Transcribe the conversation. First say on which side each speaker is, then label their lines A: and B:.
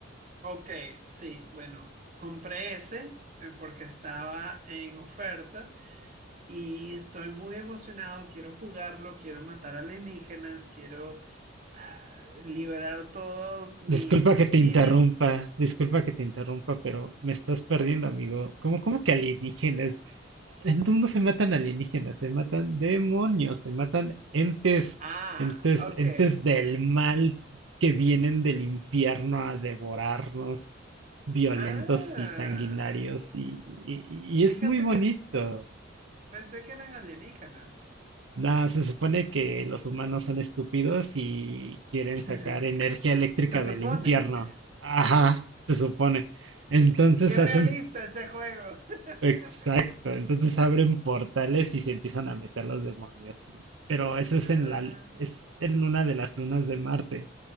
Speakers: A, on the right (about 40°); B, on the right (about 85°).
A: ok, sí, bueno, compré ese eh, porque estaba en oferta y estoy muy emocionado, quiero jugarlo, quiero matar alienígenas, quiero ah, liberar todos mis
B: Disculpa que te
A: químicos.
B: interrumpa, disculpa que te interrumpa, pero me estás perdiendo, amigo. ¿Cómo, cómo que alienígenas? En tu mundo se matan alienígenas, se matan demonios, se matan entes,
A: Ah,
B: entes,
A: ok.
B: entes del mal que vienen del infierno a devorarnos, violentos
A: Ah,
B: y sanguinarios, y, y
A: fíjate
B: y es muy bonito.
A: que pensé que eran alienígenas.
B: No, se supone que los humanos son estúpidos y quieren
A: <laughs>
B: sacar energía eléctrica
A: Se supone.
B: del infierno.
A: <laughs>
B: Ajá, se supone. Entonces
A: Qué realista
B: hacen,
A: ese juego.
B: exacto,
A: <laughs>
B: entonces abren portales y se empiezan a meter los demonios. y- Pero eso
A: Ah.
B: es en la, es en una de las lunas de Marte.